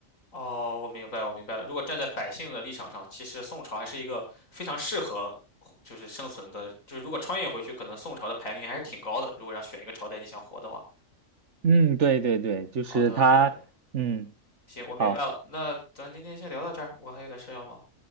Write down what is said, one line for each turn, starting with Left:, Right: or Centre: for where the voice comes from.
Left: 哦，我明白，我明白了。如果站在百姓的立场上，其实宋朝还是一个非常适合就是生存的，就是如果穿越回去，可能宋朝的排名还是挺高的。如果要选一个朝代你想活的话，
Right: 嗯，对对对，就是它，
Left: 好的，好的，
Right: 嗯，
Left: 行，我明白了。
Right: 好，
Left: 那咱今天先聊到这儿，我还有点事要忙，